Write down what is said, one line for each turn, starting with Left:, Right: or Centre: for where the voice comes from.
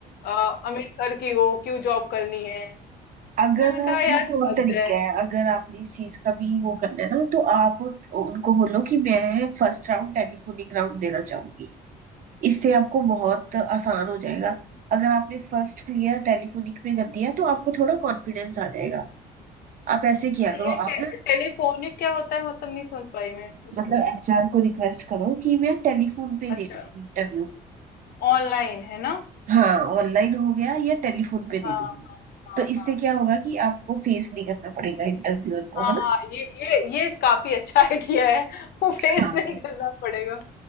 Left: अ, अमेरिका की हो क्यों जॉब करनी है
Right: अगर
Left: मैंने कहा यार
Right: एक और
Left: हद
Right: तरीका
Left: है
Right: है अगर आपने इस चीज का भी वो करना है ना तो आप उनको बोलो कि मैं फर्स्ट राउंड टेलीफोनिक राउंड देना चाहूंगी इससे आपको बहुत आसान हो जाएगा अगर आपने फर्स्ट क्लियर टेलीफोनिक में कर दिया तो आपको थोड़ा कॉन्फिडेंस आ जाएगा आप ऐसे
Left: अच्छा
Right: किया
Left: ये
Right: करो
Left: टे,
Right: आप ना
Left: टेलीफोनिक क्या होता है मतलब नहीं समझ पाई मैं उसको
Right: मतलब एचआर को रिक्वेस्ट करो कि मैं टेलीफोन पे
Left: अच्छा
Right: दे दूंगी इंटरव्यू
Left: ऑनलाइन है ना
Right: हाँ ऑनलाइन हो गया या टेलीफोन पे दे
Left: हाँ
Right: दूंगी
Left: हाँ हाँ
Right: तो इससे
Left: हाँ
Right: क्या होगा कि आपको फेस नहीं करना पड़ेगा इंटरव्यूअर को
Left: हाँ
Right: है ना
Left: ये ये ये काफी अच्छा आइडिया है वो फेस
Right: हाँ
Left: नहीं करना पड़ेगा